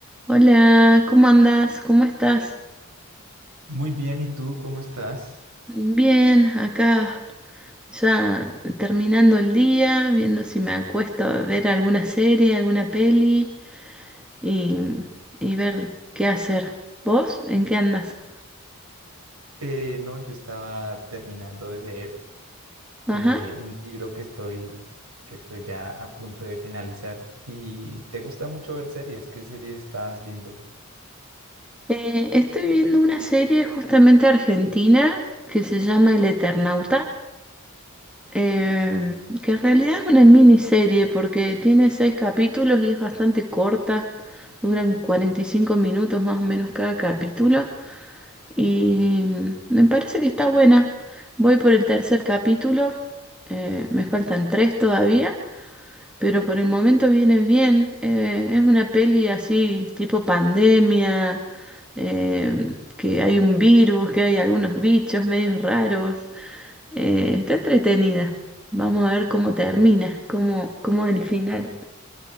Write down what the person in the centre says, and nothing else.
Hola, ¿cómo andas? ¿Cómo estás?
Bien, acá ya terminando el día, viendo si me acuesto a ver alguna serie, alguna peli y, y ver qué hacer. ¿Vos? ¿En qué andas?
Ajá.
Eh, estoy viendo una serie justamente argentina que se llama El Eternauta, eh, que en realidad es una miniserie porque tiene seis capítulos y es bastante corta, duran 45 minutos más o menos cada capítulo. Y me parece que está buena. Voy por el tercer capítulo. eh, me faltan tres todavía, pero por el momento viene bien. Eh, es una peli así, tipo pandemia, eh, que hay un virus, que hay algunos bichos medios raros. Eh, está entretenida. Vamos a ver cómo termina, cómo, cómo es el final.